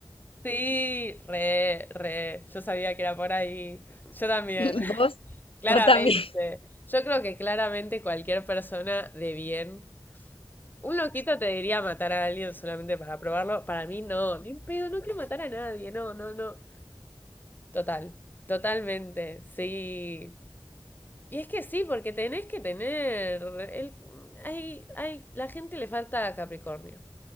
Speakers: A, on the left; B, on the left.
A: sí, re, re. Yo sabía que era por ahí. Yo también.
B: <laughs>
A: <laughs>
B: Vos,
A: Claramente.
B: vos también.
A: Yo creo que claramente cualquier persona de bien. Un loquito te diría matar a alguien solamente para probarlo. Para mí no, ni un pedo, no quiero matar a nadie, no, no, no. Total, totalmente, sí. Y es que sí, porque tenés que tener. El, hay, hay, la gente le falta Capricornio